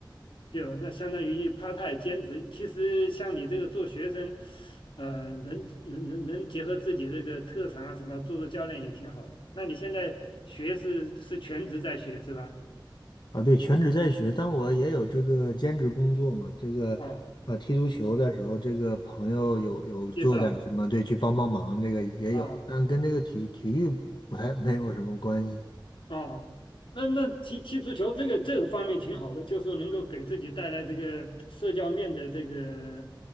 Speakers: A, on the left (about 80°); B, on the left (about 60°).
A: 就那相当于 part time 兼职。其实像你这个做学生，呃，能能能能结合自己这个特长啊什么，做做教练也挺好的。那你现在学是是全职在学是吧？
B: 啊。对，全职在学，但我也有这个兼职工作嘛。这个啊，
A: 哦，
B: 踢足球的时候，这个朋友有有做点什么，
A: 介绍的。
B: 对，去帮帮忙，这个也有，
A: 啊
B: 但跟这个体体育不太没有什么关系。
A: 啊，那那踢踢足球这个这个方面挺好的，就是能够给自己带来这个社交面的这个